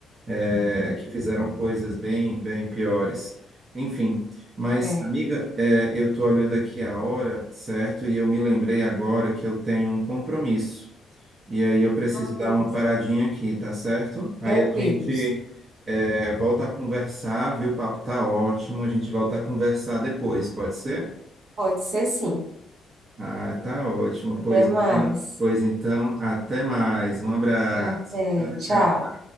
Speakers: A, on the right; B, on the right.
A: é, que fizeram coisas bem, bem piores. Enfim, mas,
B: É.
A: amiga, é, eu estou olhando aqui a hora, certo? E eu me lembrei agora que eu tenho um compromisso. E aí eu preciso
B: Ah,
A: dar
B: beleza.
A: uma paradinha aqui, tá certo? Aí
B: Tranquilos.
A: a gente é, volta a conversar, viu? O papo tá ótimo. A gente volta a conversar
B: Uhum.
A: depois, pode ser?
B: Pode ser sim.
A: Ah, tá ótimo.
B: Até
A: Pois
B: mais.
A: então, pois então, até mais. Um abraço.
B: Até.
A: Tchau,
B: Tchau.
A: tchau.